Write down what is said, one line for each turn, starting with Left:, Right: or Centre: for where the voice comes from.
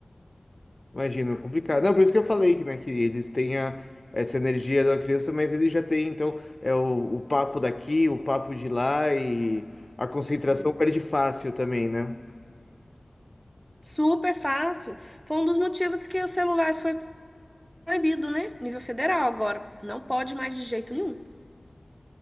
Left: Imagino, complicado. Não, por isso que eu falei que, né, que eles têm a- essa energia da criança, mas ele já tem, então, é o, o papo daqui, o papo de lá e a concentração
Right: Uhum.
Left: perde fácil também, né?
Right: Super fácil. Foi um dos motivos que os celulares foi proibido, né? Nível federal agora. Não pode mais de jeito nenhum.